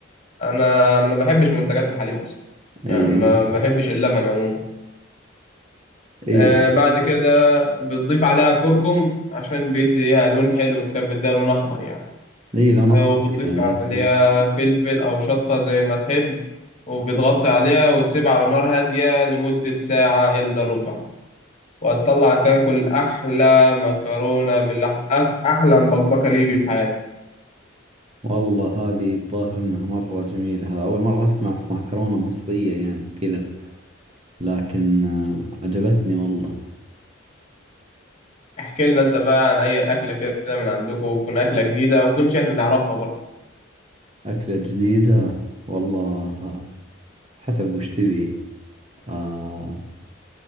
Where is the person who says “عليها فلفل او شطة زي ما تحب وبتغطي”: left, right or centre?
Left